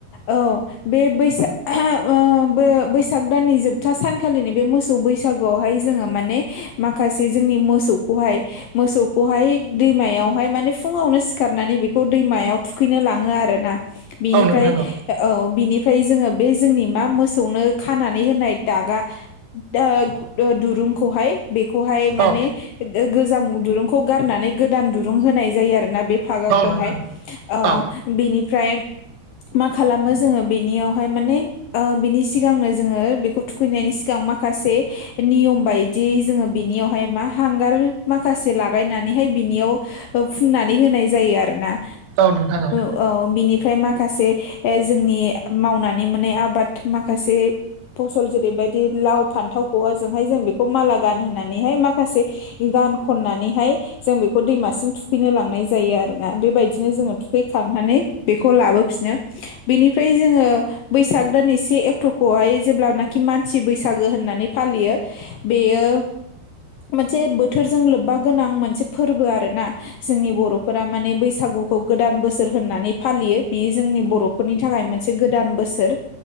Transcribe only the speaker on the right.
औ नोंथां औ
औ
औ नोंथां औ नोंथां
औ
औ नोंथां औ।